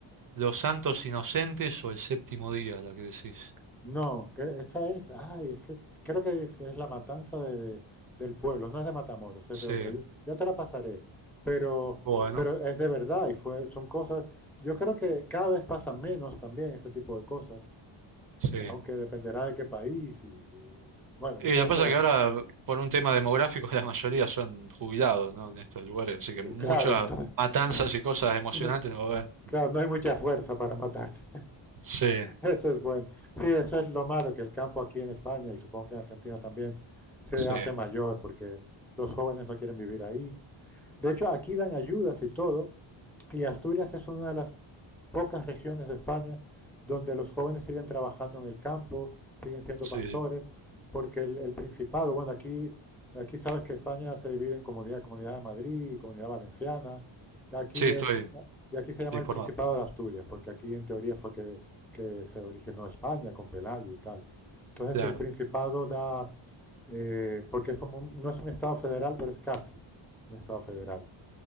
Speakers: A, on the right; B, in the centre.
A: Los Santos Inocentes o El Séptimo Día la que decís.
B: No, que esa es, ay, es que creo que es, es la matanza de, de- del pueblo, no es de Matamoros, es
A: Sí,
B: de otra. Ya, ya te la pasaré, pero,
A: bueno,
B: pero es de verdad y fue, son cosas. Yo creo que cada vez pasan menos también ese tipo de cosas,
A: sí.
B: aunque dependerá de qué país y bueno, quizás
A: Y lo que
B: estoy,
A: pasa
B: <laughs>
A: es
B: a-
A: que ahora, por un tema demográfico, <laughs> la mayoría son jubilados, ¿no? En estos lugares, así que muchas
B: claro, entonces,
A: matanzas
B: <laughs> entonces,
A: y cosas emocionantes
B: no,
A: no va a haber.
B: claro, no hay mucha fuerza para matarse.
A: Sí,
B: Eso es bueno. Sí, eso es lo malo, que el campo aquí en España y supongo que en Argentina también se
A: sí,
B: hace mayor porque los jóvenes no quieren vivir ahí. De hecho, aquí dan ayudas y todo. Y Asturias es una de las pocas regiones de España donde los jóvenes siguen trabajando en el campo, siguen siendo
A: sí,
B: pastores,
A: sí.
B: porque el, el Principado, bueno, aquí, aquí sabes que España se divide en comunidad, Comunidad de Madrid, y Comunidad Valenciana, y aquí
A: Sí, estoy
B: es, y aquí se llama
A: informado.
B: el Principado de Asturias, porque aquí en teoría fue que, que se originó España con Pelayo y tal. Entonces
A: Claro.
B: el Principado da, eh, porque es como un- no es un Estado federal, pero es casi un Estado federal.